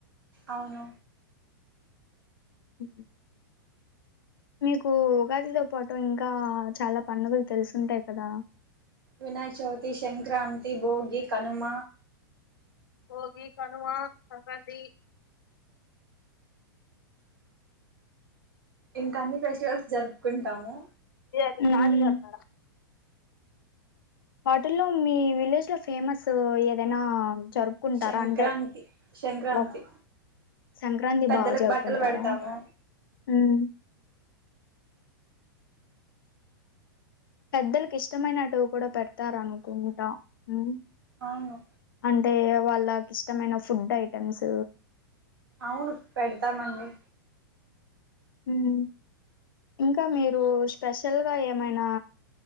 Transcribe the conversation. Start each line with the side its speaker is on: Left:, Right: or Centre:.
Right: అవును
Left: హ మీకు ఉగాదితో పాటు ఇంకా చాలా పండుగలు తెలిసుంటాయి కదా
Right: వినాయక చౌతి శన్క్రాం తి భోగి కనుమ
Left: భోగి కనుమా సంక్రాంతి
Right: ఇంకా అన్ని ఫెస్టివల్స్ జరుపుకుంటాము
Left: నన వాటిల్లో మీ విలేజ్ లో ఫేమస్ ఏదైనా జరుపుకుంటారా
Right: సంక్రాంతి
Left: అంటే
Right: సంక్రాంతి
Left: ఒక్ సంక్రాంతి
Right: పెద్దలకు
Left: బాగా జరుపుకుంటారా
Right: బట్టలు పెడతాము
Left: హ్మ్ పెద్దలలకు ఇష్టమైనటవి కూడా పెడతారునుకుంటా ఉమ్
Right: అవును
Left: అంటే వాళ్ళకి ఇష్టమైన ఫుడ్ ఐటమ్స్
Right: అవును పెడతామండి
Left: ఉమ్ ఇంకా మీరు స్పెషల్ గా ఏమైనా